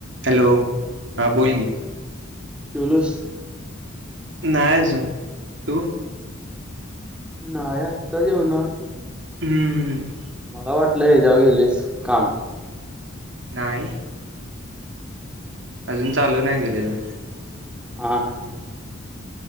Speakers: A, on the right; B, in the centre.
A: Hello हा बोल की.
B: जेवलास?
A: नाही आजुन, तू?
B: नाहीय आत्ता जेवनार.
A: हम्म हम्म.
B: मला वाटलं हे जव गेलेस. कामव.
A: नाही. अजून चालू नाही झालेलं.
B: हा हा.